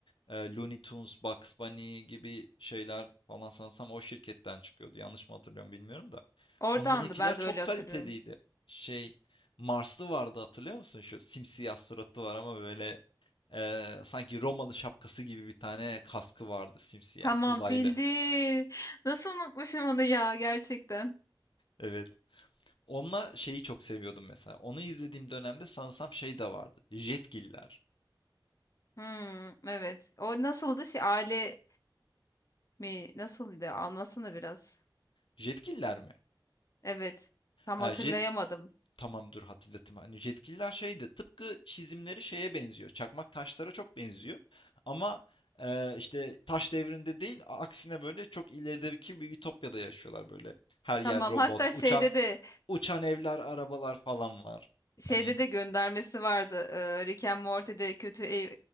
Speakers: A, on the left; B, on the left.
A: e, Looney Tunes, Bugs Bunny gibi şeyler falan sanırsam o şirketten çıkıyordu. Yanlış mı hatırlıyorum bilmiyorum da.
B: Oradandı
A: Onlarınkiler
B: ben
A: çok
B: de öyle hatırlıyorum.
A: kaliteliydi. Şey Marslı vardı hatırlıyor musun? Şu simsiyah suratlı var ama böyle e, sanki Romalı şapkası gibi bir tane kaskı vardı simsiyah
B: Tamam
A: uzaylı.
B: bildim. Nasıl unutmuşum onu ya gerçekten.
A: Evet. Onunla şeyi çok seviyordum mesela. Onu izlediğim dönemde sanırsam şey de vardı. Jetgiller.
B: Hmm, evet. O nasıldı şey aile mi nasılydı anlasana biraz.
A: Jetgiller mi?
B: Evet. Tam
A: E,
B: hatırlayamadım.
A: jet, Tamamdır dur hatırlatayım. Hani yetkililer şeydi tıpkı çizimleri şeye benziyor. Çakmak taşlara çok benziyor. Ama e, işte taş devrinde değil aksine böyle çok ilerideki bir ütopyada yaşıyorlar böyle. Her yer
B: Tamam
A: robot,
B: hatta
A: uçan
B: şeyde de
A: uçan evler, arabalar falan var.
B: şeyde
A: Hani
B: de göndermesi vardı. Ee, Rick and Morty'de kötü ev-